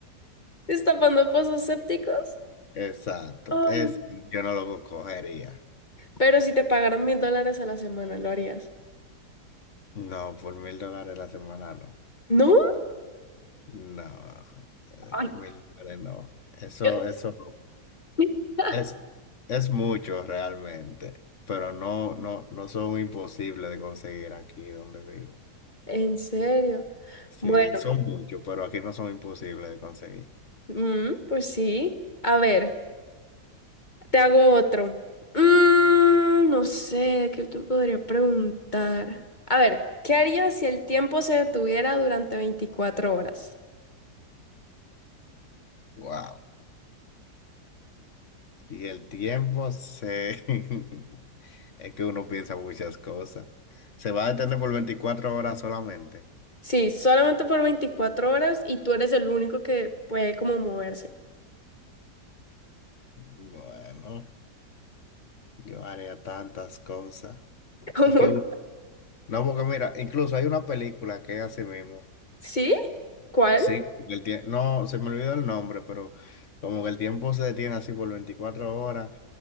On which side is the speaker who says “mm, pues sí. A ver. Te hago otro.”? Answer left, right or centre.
Left